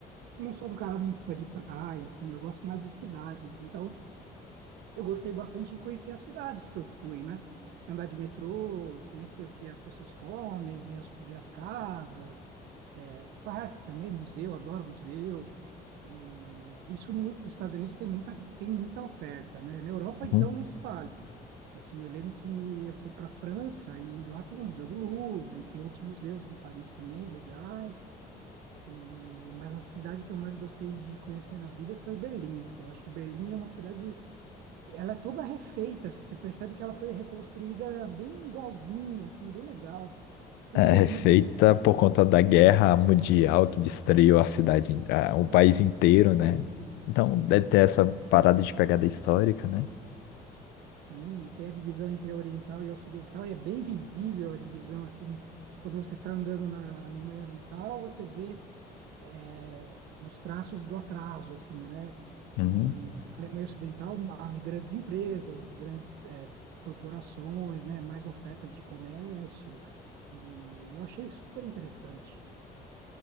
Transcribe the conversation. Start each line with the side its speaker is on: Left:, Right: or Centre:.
Right: Não sou um cara muito fã de praia, assim, eu gosto mais de cidades. Então, eu gostei bastante de conhecer as cidades que eu fui, né? Andar de metrô, conhecer o que as pessoas comem, ver as, ver as casas, é, parques também, museu, adoro museu E isso muito, nos Estados Unidos tem muita, tem muita oferta, né? Na Europa, então,
Left: Uhum.
Right: nem se fala. Assim, eu lembro que eu fui para a França e lá tem o Museu do Louvre, tem outros museus em Paris também legais. E, mas a cidade que eu mais gostei de conhecer na vida foi Berlim. Eu acho que Berlim é uma cidade, ela é toda refeita, assim, você percebe que ela foi reconstruída bem igualzinha, assim, bem legal. Tudo
Left: É
Right: é muito...
Left: feita por conta da guerra mundial que destruiu a cidade,
Right: Exato,
Left: a- o país inteiro, né? Então, deve
Right: pois
Left: ter essa
Right: é.
Left: parada de pegada histórica, né?
Right: Sim, e tem a divisão entre oriental e ocidental, e é bem visível a divisão, assim, quando você está andando na Alemanha Oriental, você vê eh, os traços do atraso, assim, né?
Left: Uhum.
Right: E na Alemanha Ocidental, as grandes empresas, as grandes eh, corporações, né? Mais oferta de comércio, e eu achei super interessante.